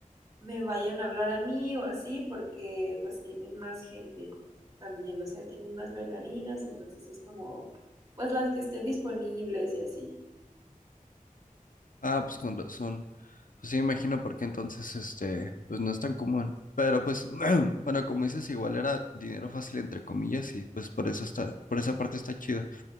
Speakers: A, on the right (about 25°); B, on the left (about 70°).
A: me vayan a hablar a mí o así, porque pues tienen más gente también, o sea, tienen más bailarinas, entonces es como, pues las que estén disponibles y así.
B: Ah, pues con razón. Pues sí, imagino porque entonces, este, pues no es tan común. Pero pues, <clears throat> bueno, como dices, igual era dinero fácil entre comillas y pues por eso está, por esa parte está chido.